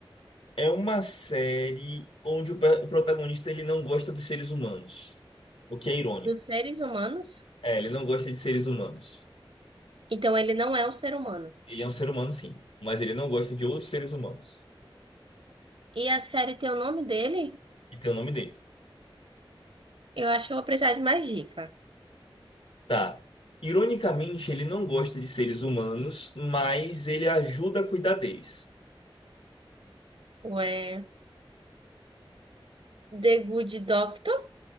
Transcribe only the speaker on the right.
Dos seres humanos?
Então ele não é um ser humano.
E a série tem o nome dele?
Eu acho que eu vou precisar de mais dica.
Ué, The Good Doctor?